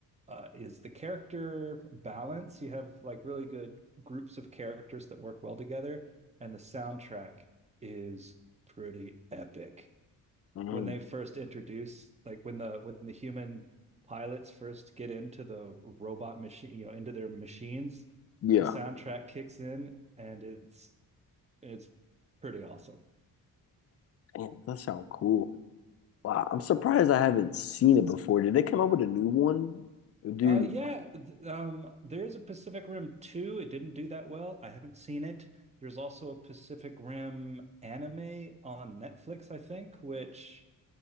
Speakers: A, on the right; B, on the left.
A: uh, is the character balance. You have like really good groups of characters that work well together, and the soundtrack is pretty epic
B: mhm,
A: when they first introduce like when the when the human pilots first get into the robot machine, you know, into their machines,
B: yeah.
A: the soundtrack kicks in and it's it's pretty awesome.
B: Damn, that sounds cool. Wow, I'm surprised I haven't seen it before. Did they come up with a new one? Dude,
A: Uh yeah, th- um there's a Pacific Rim 2. It didn't do that well. I haven't seen it. There's also a Pacific Rim anime on Netflix, I think, which